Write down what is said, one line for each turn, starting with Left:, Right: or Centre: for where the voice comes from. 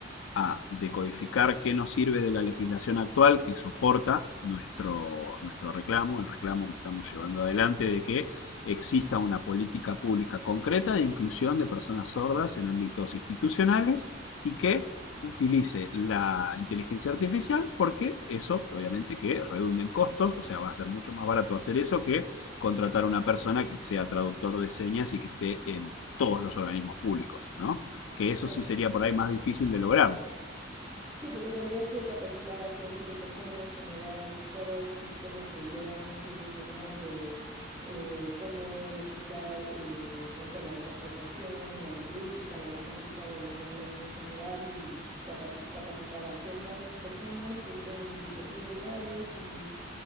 Left: a decodificar qué nos sirve de la legislación actual que soporta nuestro, nuestro reclamo, el reclamo que estamos llevando adelante de que exista una política pública concreta de inclusión de personas sordas en ámbitos institucionales y que utilice la inteligencia artificial porque eso obviamente que redunda en costos, o sea, va a ser mucho más barato hacer eso que contratar a una persona que sea traductor de señas y que esté en todos los organismos públicos, ¿no? que eso
Right: Claro,
Left: sí sería
Right: sí.
Left: por ahí más difícil de lograrlo.
Right: Sí, porque tendrías que capacitar a cientos de personas, generar todo este sistema que lleva años sin funcionar de eh, cómo legislar, eh, no sé, la interpretación, la lingüística, la gramática de una lengua en general y capaci- capacitar a cientos personas que estén en diferentes lugares y